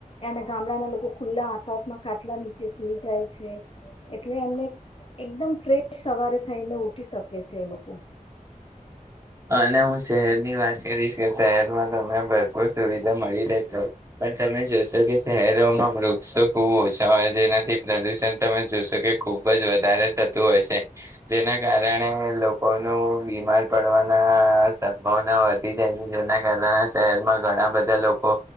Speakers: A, on the left; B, on the right.
A: અને ગામડાના લોકો ખુલ્લા આકાશમાં ખાટલા ની જે સુઈ જાય છે એટલે એમને એકદમ ફ્રેશ સવારે થઈને ઉઠી શકે છે એ લોકો.
B: અને હું શહેરની વાત કરીશ કે શહેરમાં તમને ભરપૂર સુવિધા મળી રહેશે પણ તમે જોશો કે શહેરોમાં વૃક્ષો ખુબ ઓછા હોય જેનાથી પ્રદુષણ તમે જોશો કે ખુબ જ વધારે થતું હોય છે જેના કારણે લોકોનો બીમાર પડ થવાના સંભવના વધી જાય છે જેના કારણે શહેરમાં ઘણા બધા લોકો